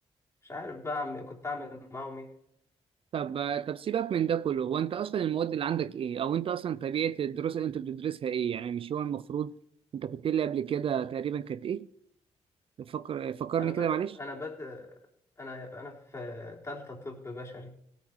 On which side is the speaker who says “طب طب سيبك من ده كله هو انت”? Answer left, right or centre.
Right